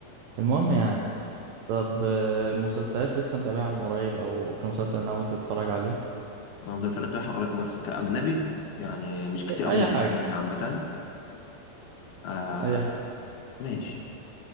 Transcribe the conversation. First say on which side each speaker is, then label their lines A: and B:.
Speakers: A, on the right; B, on the left.
A: المهم يعني
B: مم.
A: طب آه، مسلسلات لسه متابعها من قريب او في مسلسل ناوي تتفرج عليه
B: أنا مسلسلات رايحة قريب بس كأجنبي يعني مش كتير
A: اي
B: قوي
A: أي
B: اللي بيعجبني
A: حاجه
B: عامة آه
A: اي حاجه
B: ماشي